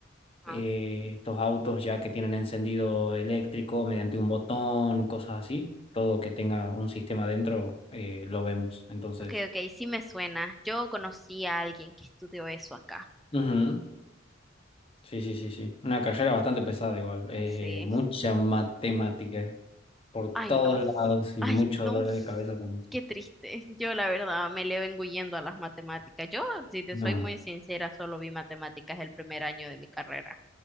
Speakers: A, in the centre; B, on the left.
A: Ajá.
B: eh, estos autos ya que tienen encendido eléctrico mediante un botón, cosas así, todo que tenga un sistema dentro eh, lo vemos, entonces.
A: Ok, ok, sí me suena. Yo conocí a alguien que estudió eso acá.
B: ujú, Sí, sí, sí, sí. Una carrera bastante pesada igual, eh,
A: Sí.
B: mucha matemática. por
A: Ay,
B: todos
A: no.
B: lados y
A: Ay,
B: muchos
A: no.
B: dolores de cabeza también.
A: Qué triste. Yo, la verdad, me le vengo huyendo a las matemáticas. Yo, si te
B: No.
A: soy muy sincera, solo vi matemáticas el primer año de mi carrera.